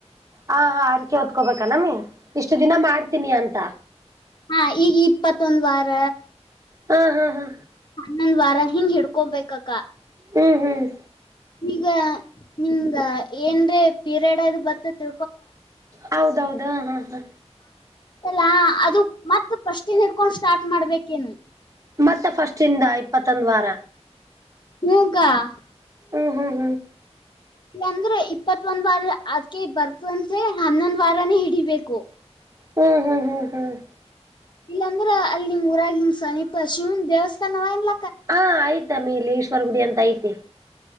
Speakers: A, on the right; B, on the left.
A: ಹ ಹಾ ಆರ್ಕೆ ಹೊದ್ಕೋಬೇಕ ನಮಿ ಇಷ್ಟು ದಿನ ಮಾಡ್ತೀನಿ ಅಂತ
B: ಹಾ ಈಗ ಇಪ್ಪತ್ತೊಂದ ವಾರ
A: ಹಾ ಹಾ ಹಾ
B: ನನ್ ವಾರ ಹಿಂಗ್ ಹಿಡ್ಕೊಬೇಕಕ್ಕ
A: ಹ್ಮ್ ಹ್ಮ್
B: ಈಗ ನಿಂಗಂಗ ಏನ್ರ ಪೀರಿಯಡ್ ಅ ಬರ್ತತಿ
A: ಹೌದೌದ ಹಾ ಹಾ
B: ಲ್ಲಾ ಅದು ಮತ್ತ್ ಫಸ್ಟ್ಇಂದ್ ಇಡ್ಕೊಂಡ್ ಸ್ಟಾರ್ಟ್ ಮಾಡ್ಬೇಕೇನ್
A: ಮತ್ ಫಸ್ಟ್ ಇಂದ ಇಪ್ಪತ್ತೊಂದ್ ವಾರ
B: ಹಗ <unintelligible>
A: ಹ್ಮ್ ಹ್ಮ್ ಹ್ಮ್
B: ಇಲ್ಲಂದ್ರೆ ಇಪ್ಪತ್ ಒಂದ್ ವಾರ ಅದ್ಕೆ ಬರ್ತಂತೆ ಹನ್ನೊಂದ್ ವಾರಾನೇ ಹಿಡಿಬೇಕು
A: ಹ್ಮ್ ಹ್ಮ್ ಹ್ಮ್ ಹ್ಮ್
B: ಇಲ್ಲಾಂದ್ರ ಅಲ್ಲಿ ನಿಮ್ಊಾರಾಗಿ ಹಿಂಗ್ ಸಮೀಪ ಶಿವನ್ ದೇವಸ್ಥಾನವ ಇಲ್ಲ
A: ಹಾ ಆಯ್ತಮ್ಮಿ ಇಲಿ ಈಶ್ವರ ಗುಡಿ ಅಂತ ಐತಿ